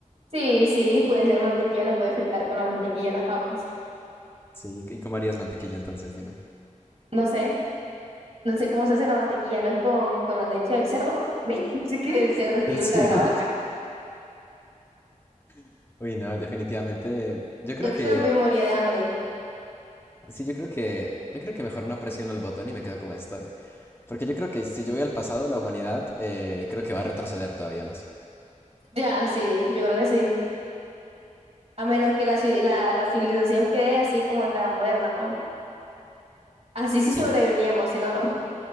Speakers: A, on the right; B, on the left.
A: sí, sí, puede ser mantequilla, no puede fritar con la mantequilla las papas.
B: Sí, ¿y cómo harías mantequilla entonces? Dime.
A: No sé, no sé cómo se hace la mantequilla, no es con, con la leche del cerdo. ¿Veis <laughs> sí que el cerdo es
B: Del
A: loca
B: cerdo.
A: de la vaca?
B: <laughs> Uy, no, definitivamente. Yo creo
A: Yo creo
B: que
A: que me moría de hambre.
B: Sí, yo creo que, yo creo que mejor no presiono el botón y me quedo como estoy. Porque yo creo que si yo voy al pasado, la humanidad eh, creo que va a retroceder todavía más.
A: Ya, sí, yo creo que sí. A menos que la, ci- la, la civilización quede así como está moderna, ¿no? Así sí
B: Sí,
A: sobreviviríamos, si no, no.